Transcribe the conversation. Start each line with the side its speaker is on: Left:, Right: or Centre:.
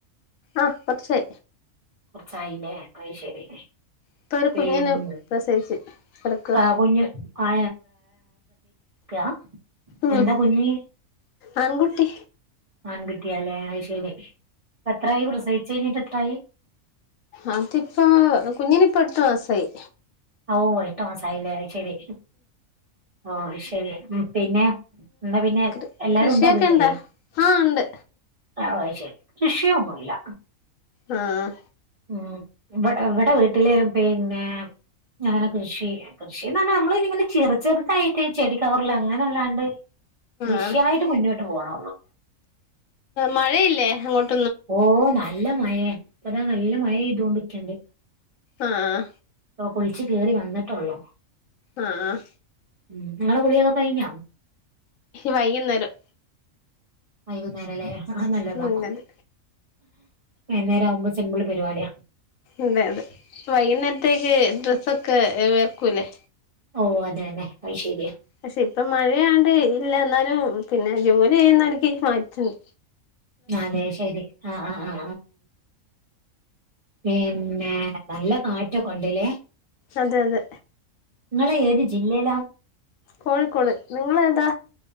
Left: ആഹ് പച്ചേ
Right: കുറച്ചായിനെ ആയി ശരിെ
Left: ഇപ്പൊ ഒരു
Right: പിന്ന
Left: കുഞ്ഞിനെ പ്രസവിച്ച് കിടക്കുവാ
Right: ആ കൊ ആ അ
Left: ഉം
Right: എന്താ കുഞ്ഞി
Left: ആൺകുട്ടി
Right: ആൺകുട്ടിയാല ശമ അ എത്രായി പ്രസയിിച്ച കഴിഞ്ഞിട്ട് എത്രായി
Left: അതിപ്പ കുഞ്ഞിനിപ്പ അടുത്ത മാസായി
Right: ഓ ട്ടോ ആസായില്ലേ ശരി ഓ ശരിയ ഉം പിന്നെ എന്നാ പിന്നെ
Left: കൃ
Right: എല്ലാരും
Left: കൃഷിയൊക്കെ
Right: ഉണ്ടോ വീട്ടില്
Left: ഇണ്ടാ ആഹ് ഉണ്ട്
Right: ആഹ ശരി കൃഷിയൊന്നുമല്ല
Left: ആഹ
Right: ഉം ഇടെ ഇവിടെ വീട്ടില പിന്നെ അങ്ങനെ കൃഷി കൃഷിന്ന് പറ നമ്മള് ഇങ്ങനെ ചറ ചെറുതായിട്ട് ചെടികവറൽ അങ്ങനെല്ലാണ്ട് കൃഷിയായിട്ട്
Left: ആഹ്
Right: മുന്നോട്ട് പോകണം
Left: മഴയില്ലേ അങ്ങോട്ട്
Right: ഓ നല്ല മഴ ഇപ്പതാ നല്ല മഴെയ്തോൊണ്ടിരിക്കണ്ട്
Left: ആഹ
Right: അ കുളിച്ചച്ച് ക കേറി വന്നിട്ടുള്ളോ
Left: ആഹ്
Right: ഉം നിങ്ങളെ കുളിയക്ക കഴിഞ്ഞ
Left: വൈകുന്നേരം
Right: വൈകുന്നേരം അല്ലേ ആഹ നല്ലതാക്ക
Left: ഉം അതെ
Right: വൈകുന്നേരം ആവുമ്പോ സിമ്പിൾ പരിപാടിയാ
Left: അതെ അതെ വൈകുന്നേരത്തേക്ക് ഡ്രസ്സൊക്കെ വർക്കൂല്ലേ
Right: ഓ അതെന്നെ അഐ ശര്യ
Left: പക്ഷെ ഇപ്പ മഴയാണ്ട് ഇല്ല എന്നാലും പിന്നെ ജോലി ചെയ്യുന്ന എനിക്ക് മാറ്റുന്നു
Right: അതെ ശരി ആ ആ ആ പിന്നെ നല്ല കാറ്റൊക്കെ ഉണ്ടല്ലേ
Left: അതെ അതെ
Right: നിങ്ങളെ ഏത് ജില്ലയിലാ
Left: കോഴിക്കോട് നിങ്ങെളേത